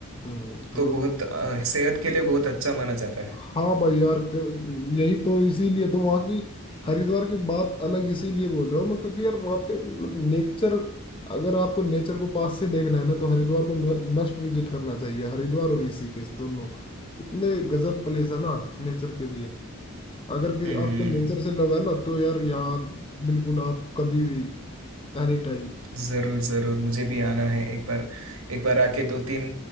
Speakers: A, on the left (about 25°); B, on the right (about 65°).
A: हम्म तो
B: तो बहुत अ, सेहत के लिए बहुत अच्छा माना जाता है
A: हाँ भाई यार क- यही तो इसीलिए तो वहाँ की हरिद्वार की बात अलग इसीलिए बोल रहा हूँ मैं क्योंकि यार वहाँ पे मतलब नेचर अगर आपको नेचर को पास से देखना है ना तो हरिद्वार को मस्ट विजिट करना चाहिए हरिद्वार और ऋषिकेश दोनों इतने गजब प्लेस है ना नेचर के लिए अगर कि
B: हम्म
A: आपको नेचर से लव है ना तो यार यहाँ बिल्कुल आप कभी भी एनी टाइम
B: जरूर जरूर मुझे भी आना है एक बार एक बार आके दो तीन